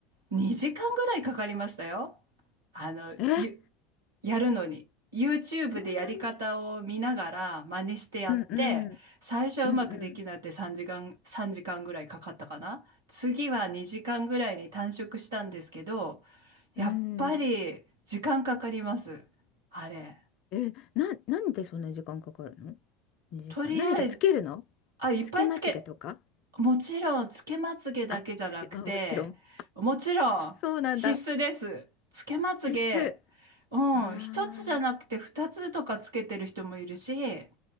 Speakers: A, on the right; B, on the left.
A: 2時間ぐらいかかりましたよ。あの、
B: え、
A: ゆ、やるのに。YouTube
B: そんなに。
A: でやり方を見ながら真似してやって、
B: うんうん
A: 最初はうまくできなくて3時間、
B: うんうん。
A: 3時間ぐらいかかったかな。次は2時間ぐらいに短縮したんですけど、やっぱり時間かかります。
B: うん。
A: あれ。
B: え、な、なんでそんな時間かかるの？2時間。
A: とりあえず、
B: 何がつけるの？
A: あ、いっぱいつけ、
B: つけまつげとか？
A: もちろん、つけまつげだけじゃなくて、
B: あ、つけ、まあもちろん。
A: もちろん必須です。
B: そうなんだ。
A: つけまつげ、
B: 必須。
A: うん、
B: ああ、
A: 一つじゃなくて二つとかつけてる人もいるし、